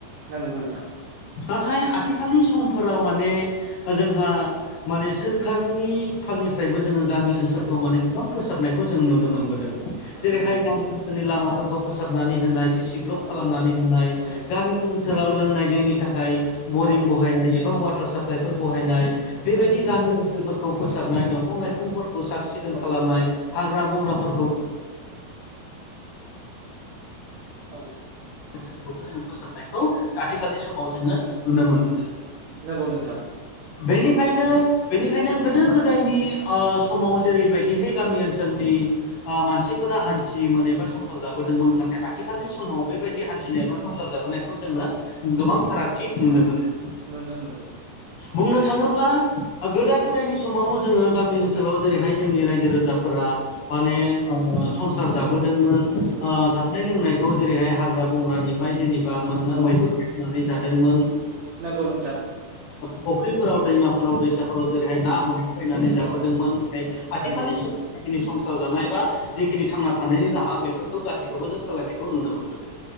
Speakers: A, on the right; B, on the left.
A: नंगौ नोंथां
B: नाथाय आथिखालनि समफोराव माने जोंहा माने सोरखारनि फालनिफ्रायबो जोङो गामि ओनसोलखौ
A: औ
B: माने गोबां फोसाबनायखौ जों नुनो मोनबोदों।
A: मोनबोदों
B: जेरैहाय गामि ओनसोलनि लामाफोरखौ फोसाबनानै होनाय। सिसि ब्लक खालामनानै
A: औ
B: होनाय।
A: औ
B: गामिनि ओनोल ओनसोलाव लोंनाय दैनि थाखाय बरिं
A: औ
B: बहायनाय एबा वाटार साप्लाइफोर बहायनाय। बेबायदि
A: नंगौ
B: गामि ओनसोलफोरखौ फोसाबनाय दंफां लाइफांफोरखौ साख सिखोन
A: औ
B: खालामनाय हाग्रा बंग्राफोरखौ
A: औ।
B: ओनसोलखौबो जोङो फोसाबनायखौ आथिखालनि समाव जोङो नुनो मोनबोदों।
A: नंगौ नोंथां।
B: बेनिखायनो बेनिखायनो गोदो गोदायनि ओ समाव जेरैबायदिहाय गामि ओनसोलनि ओ मानसिफोरा हान्थि मोन एबा सम संसार जाबोदोंमोन नाथाय आथिखालनि समाव बेबायदि हान्थिनाय एबा संसार जाबोनायखौ जोङो गोबां फारागथि नुनो मोनो।
A: नुनो मोन्दों।
B: बुंनो थाङोब्ला गोदा गोदायनि समाव जोङो गामि ओनसोलाव जेरैहाय जोंनि रायजो राजाफोरा माने
A: औ
B: संसार जाबोदोंमोन।
A: औ
B: जानाय लोंनायखौ जेरैहाय हाग्रा बंग्रानि ओमफ्राय जेनेबा मोन
A: औ
B: मैहुर खालामनानै जादोंमोन।
A: नंगौ नोंथां
B: फुख्रिफोराव दैमाफोराव दैसाफोराव जेरैहाय
A: औ
B: ना हमनाय बायनानै जाबोदोंमोन।
A: औ
B: नाथाय आथिखालनि
A: नंगौ
B: सम जिखिनि संसार जानाय बा जेखिनि थांना थानायनि राहा बेफोरखौ गासैखौबो जों सोलायनायखौ नुनो मोनबोदों।